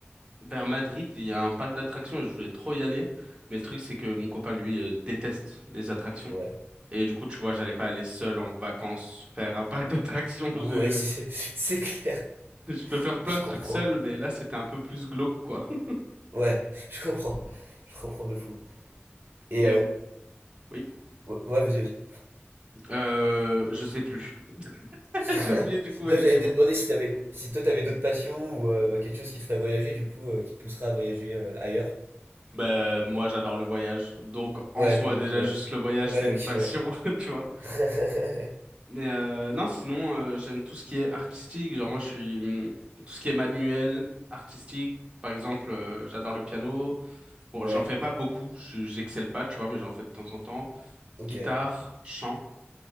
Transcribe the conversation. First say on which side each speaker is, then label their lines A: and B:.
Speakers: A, on the right (about 20°); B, on the right (about 60°).
A: vers Madrid, il y a un parc d'attractions et je voulais trop y aller. Mais le truc, c'est que mon copain, lui, euh, déteste les attractions.
B: ouais.
A: Et du coup, tu vois, j'allais pas aller seul en vacances faire un parc <laughs> d'attractions.
B: Ouais,
A: Je...
B: c'est c'est- <laughs> c'est clair,
A: je peux faire plein
B: je
A: de
B: comprends.
A: trucs seul, mais là, c'était un peu plus glauque, quoi. <laughs>
B: Ouais, je comprends. Je comprends de fou. Et
A: Et,
B: euh,
A: euh, oui,
B: ouais, ouais, vas-y, vas-y.
A: euh, je sais plus. <laughs>
B: <laughs>
A: J'ai oublié, du coup,
B: Là,
A: vas-y,
B: j'allais
A: dis-moi.
B: te demander si t'avais, si toi t'avais d'autres passions ou euh, bah, quelque chose qui te ferait voyager, du coup, euh, qui te poussera à voyager euh, ailleurs.
A: Bah, moi, j'adore le voyage. Donc,
B: Ouais,
A: en soi,
B: non, donc,
A: déjà,
B: ouais.
A: juste le voyage,
B: Ouais,
A: c'est une
B: ok,
A: passion,
B: ouais.
A: <laughs> tu vois.
B: <laughs>
A: Mais euh, non, sinon, euh, j'aime tout ce qui est artistique. Genre, moi, je suis... hum, Tout ce qui est manuel, artistique. Par exemple, euh, j'adore le piano. Bon,
B: Ouais,
A: j'en fais pas beaucoup. je- J'excelle pas, tu vois, mais j'en fais de temps en temps.
B: ok,
A: Guitare, chant.